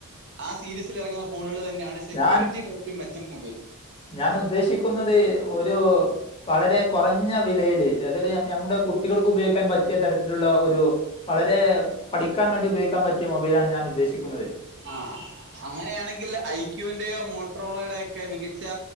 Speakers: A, on the right; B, on the left.
A: ആ സീരീസിൽ എറങ്ങുന്ന ഫോണുകള് തന്നെയാണ് സെക്യൂരിറ്റിലേറ്റവും
B: ഞാൻ
A: മെച്ചം മൊബൈല്
B: ഞാൻ ഉദ്ദേശിക്കുന്നത് ഒരു വളരെ കൊറഞ്ഞ വിലയില് അതായത് ഞമ്മുടെ കുട്ടികൾക്ക് ഉപയോഗിക്കാൻ പറ്റിയ തരത്തിലുള്ള ഒരു വളരെ പഠിക്കാൻ വേണ്ടി ഉപയോഗിക്കാൻ പറ്റിയ മൊബൈലാണ് ഞാൻ ഉദ്ദേശിക്കുന്നത്
A: ആഹ് അങ്ങനെയാണെങ്കിൽ ഐക്യുവിന്റെയോ മോട്രോളയുടെക്കെ മികച്ച